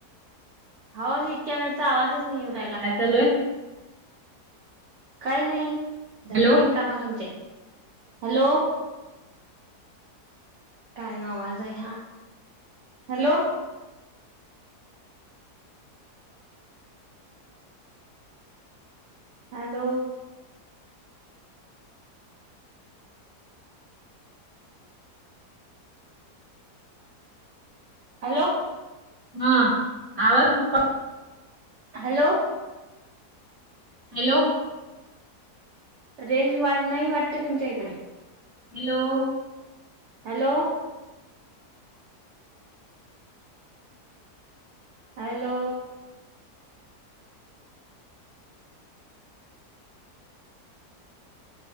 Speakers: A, on the right; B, on the right.
A: हो ना इतक्या वेळचा आवाजच नाही येऊ राहिला
B: हॅलो
A: काय नाही झाले
B: हॅलो
A: की नही कामा तुमचे हॅलो काय आवाज आहे हा हॅलो हॅलो हॅलो
B: हा आवाज <inaudible>
A: हॅलो
B: हॅलो
A: रेंज वाढ नाही वाटते तुमच्या इकडे
B: hello
A: hello hello